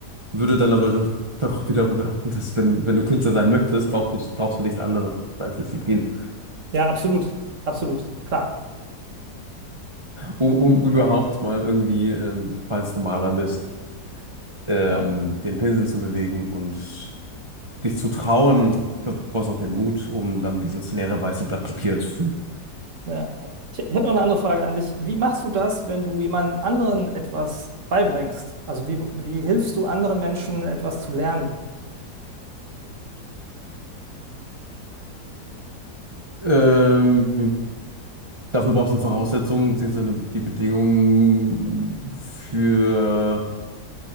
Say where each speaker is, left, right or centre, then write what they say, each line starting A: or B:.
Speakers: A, on the right (about 20°); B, on the right (about 45°).
A: würde dann aber schon doch wiederum behaupten, dass wenn, wenn du Künstler sein möchtest, brauchst du, brauchst du nichts anderes als Disziplin.
B: Ja, absolut. Absolut. Klar.
A: Um, um überhaupt mal irgendwie, ähm, falls du Maler bist, ähm,
B: Ja,
A: den Pinsel zu bewegen und dich zu trauen. Ich glaube, du brauchst auch den Mut, um dann dieses leere weiße Blatt Papier zu füllen.
B: ja. Ich, ich habe noch eine andere Frage an dich. Wie machst du das, wenn du jemandem anderen etwas beibringst? Also wie, wie hilfst du anderen Menschen, etwas zu lernen?
A: Ähm, dafür brauchst du Voraussetzungen, beziehungsweise die Bedingungen für,